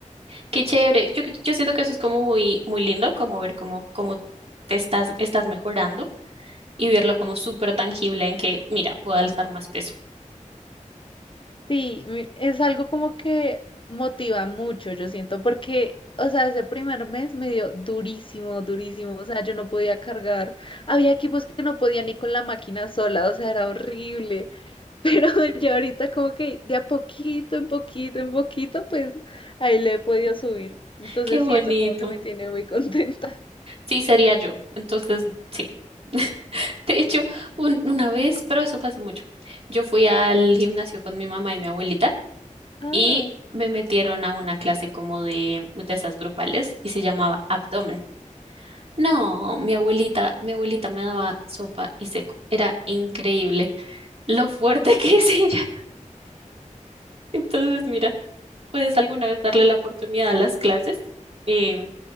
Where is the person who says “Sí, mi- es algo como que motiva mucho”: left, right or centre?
Left